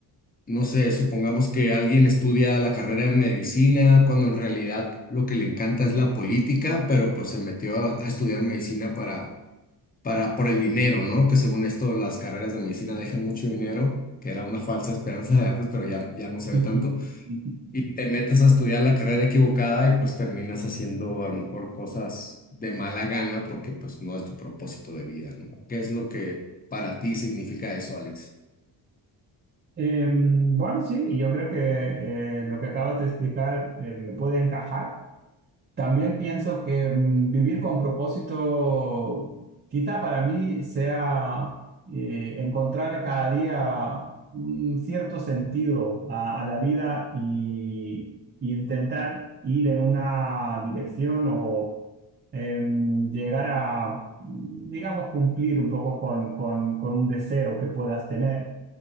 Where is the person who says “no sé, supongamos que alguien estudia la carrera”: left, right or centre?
Left